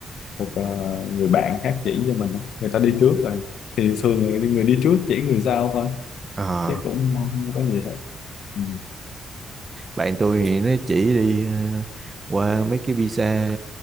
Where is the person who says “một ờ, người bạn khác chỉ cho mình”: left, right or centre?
Left